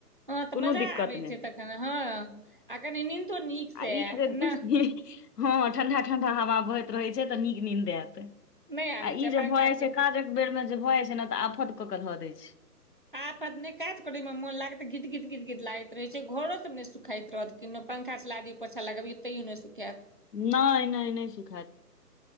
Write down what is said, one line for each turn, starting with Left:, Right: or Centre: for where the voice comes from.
Right: हँ तऽ
Left: कोनो
Right: मजा
Left: दिक्कत
Right: आबै
Left: नहि
Right: छै तखन हँ आ कनी निंदो नीक से
Left: आ ई
Right: आयत
Left: जे बेसी
Right: नह
Left: हँ ठंडा ठंडा हवा बहैत रहै छै तऽ नीक निंद आयत आ
Right: नहि आबै
Left: इ
Right: छै
Left: जे
Right: पंखा
Left: भऽ
Right: से
Left: जाइ छै काजक बेर मे जे भऽ जाइ छै ने तऽ आफत कऽ के धऽ दय छै
Right: आपत नहि काज करे मे मोन लागत त गीत गीत गीत गीत लागैत रहे छै घरो सब ने सुखाइत रहत कि पंखा चला दियौ पोछा लगबियौ तैयो नहि सुखात
Left: नहि नहि नहि सुखात।